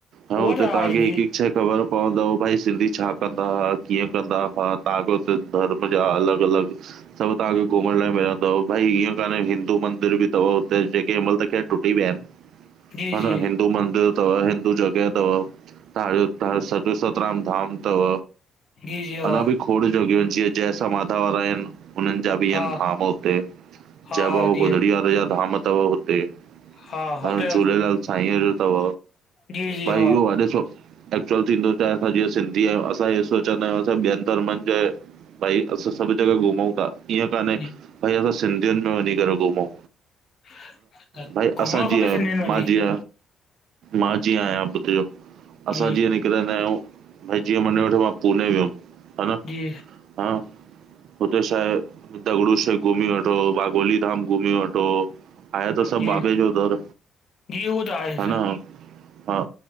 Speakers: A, on the right (about 70°); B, on the left (about 55°).
A: ह
B: उहो
A: हुते
B: त आहे
A: तांखे
B: जी,
A: हिकु हिकु शय ख़बर पवंदो भई सिंधी छा कंदा कीअं कंदा त आ तां खे उते धर्म जा अलॻ अलॻ। सब तांखे घुमण लाइ मिलंदव भाई ईअं कान्हे हिंदू मंदिर बि थव हुते जे के मल त के। टुटी वियाहिन
B: जी
A: हा
B: जी,
A: न हिंदू मंदर थव हिंदू जगह थव। अंहे पाण सत सतराम धाम थव,
B: जी जी हा,
A: अञा बि खोड़ जगियूंहिन जिंय जयसा माता वारा आहिन। हुनन जा बियन
B: हा
A: धाम हुते,
B: हा
A: जय बाबा
B: जी,
A: गोदड़ी यारे यां धाम थव हुते।
B: हा हो
A: हान
B: त
A: झूलेलाल साईंअ जो तव
B: जी जी
A: भाई
B: हा,
A: इहो वड़े छो। एक्चुअल थींदो छाहे असां जीअं सिंधी आहियूं असां इ सोचंदा आहियूं असां ॿियन धर्मंजे। भई असां सभीजॻह घुमौ था, ईअं कान्हे
B: जी
A: भई असां सिंधियुन में वञी करे घुमौ।
B: <inaudible>
A: भाई
B: घुमणु
A: असां जीय,
B: खपे सिंधियुनि में
A: मां
B: बि,
A: जीय मां जीअंहीया पुठयो असां
B: जी
A: जीअं निकरंदा आहियूं भाई जीअं मन वठो मां पूने वयम। हा न,
B: जी
A: हा! हुते छा हे दगूड़ू शेख घुमी वठो, बागोली धाम घुमी वठो। आए त सब
B: जी
A: माँ पीय जो घर।
B: जी उहो त आहे,
A: हा न, हा!